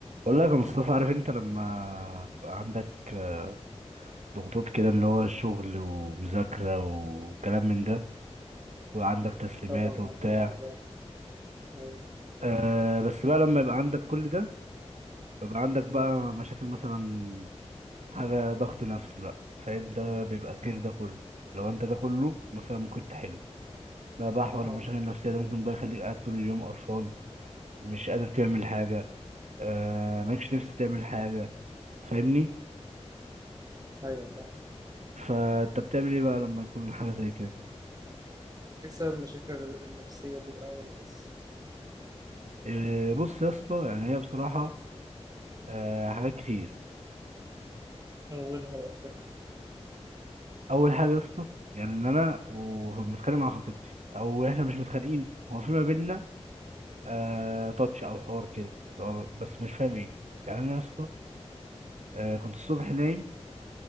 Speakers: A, on the right; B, on the right.
A: بقول لك يا مصطفى عارف انت لما تبقى عندك آه، ضغوطات كده اللي هو الشغل ومذاكرة وكلام من ده وعندك تسليمات
B: طبعا
A: وبتاع
B: عارف الموضوع ده أيوة
A: أه بس بقى لما يبقى عندك كل ده يبقى عندك بقى
B: مم.
A: مشاكل مثلا حاجة ضغط نفسي بقى فاهم ده بيبقى غير ده كله لو انت ده كله مثلا ممكن تحله ده بقى حوار
B: اه
A: المشاكل النفسية ده ممكن بقى يخليك قاعد طول اليوم قرفان مش قادر تعمل حاجة أه مالكش نفس تعمل حاجة فاهمني
B: أيوه فاهم
A: فانت بتعمل ايه بقى لما يكون حاجة زي كده
B: إيه سبب المشاكل النفسية دي الأول بس
A: إيه، بص يا اسطى يعني هي بصراحة آه، حاجات كتير
B: أولها وآخرها
A: أول حاجة يا اسطى يعني إن أنا ومتخانق مع خطيبتي أو إحنا مش متخانقين هو في ما بينا آه، تاتش أو حوار كده هو بس مش فاهم إيه يعني أنا يا اسطى آه، كنت الصبح نايم